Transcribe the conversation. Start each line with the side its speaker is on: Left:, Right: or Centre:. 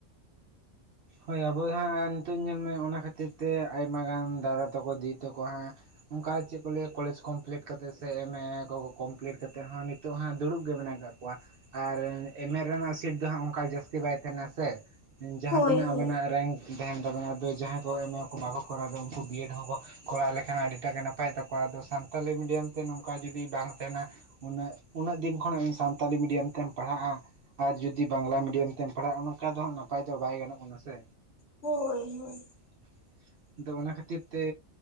Right: ᱦᱳᱭ ᱟᱵᱚ ᱦᱟᱸᱜ ᱟᱨ ᱱᱤᱛᱚᱜ ᱧᱮᱞ ᱢᱮ ᱚᱱᱟ ᱠᱷᱟᱹᱛᱤᱨ ᱛᱮ ᱟᱭᱢᱟ ᱜᱟᱱ ᱫᱟᱫᱟ ᱛᱟᱠᱚ ᱫᱤᱫᱤ ᱛᱟᱠᱚ ᱦᱟᱸᱜ ᱚᱱᱠᱟ ᱪᱮᱫ ᱠᱚ ᱞᱟᱹᱭᱟ ᱠᱚᱞᱮᱡᱽ ᱠᱚᱢᱯᱞᱤᱴ ᱠᱟᱛᱮᱫ ᱥᱮ ᱮᱢᱮ ᱠᱚᱠᱚ ᱠᱚᱢᱯᱞᱤᱴ ᱠᱟᱛᱮᱫ ᱦᱚᱸ ᱱᱤᱛ ᱱᱤᱛᱚᱜ ᱦᱟᱜ ᱫᱩᱲᱩᱵ ᱜᱮ ᱢᱮᱱᱟᱜ ᱠᱟᱜ ᱠᱚᱣᱟ᱾ ᱟᱨ ᱮᱢᱮ ᱨᱮᱱᱟᱜ ᱥᱤᱴ ᱫᱚ ᱦᱟᱜ ᱚᱱᱠᱟ ᱡᱟᱹᱥᱛᱤ ᱵᱟᱭ ᱛᱟᱦᱮᱱᱟ ᱥᱮ ᱡᱟᱦᱟᱸ
Left: ᱦᱳᱭ
Right: ᱛᱤᱱᱟᱹᱜ
Left: ᱦᱳᱭ
Right: ᱟᱵᱮᱱᱟᱜ ᱨᱮᱝᱠ ᱛᱟᱦᱮᱱ ᱛᱟᱵᱮᱱᱟ ᱟᱫᱚ ᱡᱟᱦᱟᱸᱭ ᱠᱚ ᱮᱢᱟᱠᱚ ᱵᱟᱠᱚ ᱠᱚᱨᱟᱣ ᱮᱫᱟ ᱩᱱᱠᱩ ᱵᱤᱭᱮᱰ ᱦᱚᱸᱠᱚ ᱠᱚᱨᱟᱣ ᱞᱮᱠᱷᱟᱱ ᱟᱹᱰᱤᱴᱟᱜ ᱜᱮ ᱱᱟᱯᱟᱭ ᱛᱟᱠᱚᱣᱟ ᱟᱫᱚ ᱥᱟᱱᱛᱟᱞᱤ ᱢᱤᱰᱤᱭᱟᱢ ᱛᱮ ᱱᱚᱝᱠᱟ ᱡᱩᱫᱤ ᱵᱟᱝ ᱛᱟᱦᱮᱱᱟ ᱩᱱᱟᱹᱜ ᱩᱱᱟᱹᱜ ᱫᱤᱱ ᱠᱷᱚᱱ ᱥᱟᱱᱛᱟᱞᱤ ᱢᱤᱰᱤᱭᱟᱢ ᱛᱮᱢ ᱯᱟᱲᱦᱟᱜ-ᱟ᱾ ᱟᱨ ᱡᱩᱫᱤ ᱵᱟᱝᱞᱟ ᱢᱤᱰᱤᱭᱟᱢ ᱛᱮᱢ ᱯᱟᱲᱦᱟᱜ-ᱟ ᱱᱚᱱᱠᱟ ᱫᱚ ᱦᱟᱜ ᱱᱟᱯᱟᱭ ᱫᱚ ᱵᱟᱭ ᱜᱟᱱᱚᱜ ᱠᱟᱱᱟ ᱥᱮ᱾
Left: ᱦᱳᱭ ᱦᱳᱭ᱾
Right: <inaudible> ᱫᱚ ᱚᱱᱟ ᱠᱷᱟᱹᱛᱤᱨ ᱛᱮ